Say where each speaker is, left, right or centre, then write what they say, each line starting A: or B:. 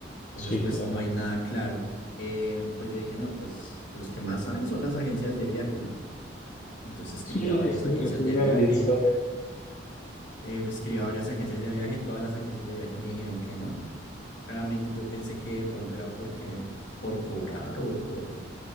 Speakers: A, on the left; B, on the left.
A: Entonces,
B: sí,
A: pues
B: claro.
A: no hay nada claro. Eh, pues yo dije, no, pues los que más saben son las agencias de viaje, ¿no? Entonces escribí
B: Sí,
A: a varias
B: eso-
A: agencias
B: esos
A: de
B: deberían
A: viaje,
B: saber.
A: eh, escribí a varias agencias de viaje, todas las agencias de viaje me dijeron que no. Claramente yo pensé que de pronto era porque por cobrar o por